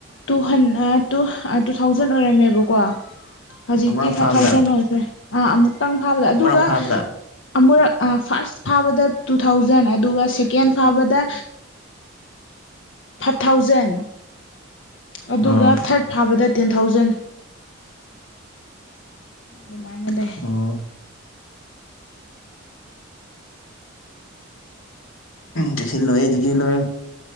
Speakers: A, on the left (about 60°); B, on the left (about 80°).
A: ꯇꯨꯍꯟ ꯑ ꯇꯨ ꯇꯨ ꯊꯥꯎꯖꯟ ꯑꯣꯏꯔꯝꯃꯦꯕꯀꯣ ꯍꯧꯖꯤꯛꯇꯤ
B: ꯃꯔꯛ
A: ꯐꯥꯏꯚ
B: ꯐꯥꯕꯗ
A: ꯊꯥꯎꯖꯟ ꯑꯣꯏꯈ꯭ꯔꯦ ꯑꯥ ꯑꯃꯨꯛꯇꯪ ꯐꯥꯕꯗ ꯑꯗꯨꯒ
B: ꯃꯔꯛ ꯐꯥꯕꯗ
A: ꯑꯃꯨꯔꯛ ꯐꯥꯔꯁ ꯐꯥꯕꯗ ꯇꯨ ꯊꯥꯎꯖꯟ ꯑꯗꯨꯒ ꯁꯦꯀꯦꯟ ꯐꯥꯕꯗ ꯐꯥꯏꯚ ꯊꯥꯎꯖꯟ ꯑꯗꯨꯒ
B: ꯑꯣ
A: ꯊꯥꯔꯠ ꯐꯥꯕꯗ ꯇꯦꯟ ꯊꯥꯎꯖꯟ ꯑꯗꯨꯃꯥꯏꯅ ꯂꯩ
B: ꯑꯣ ꯆꯦꯛꯁꯤꯜꯂꯣꯍꯦ ꯆꯦꯛꯁꯤꯜꯂꯣꯍꯦ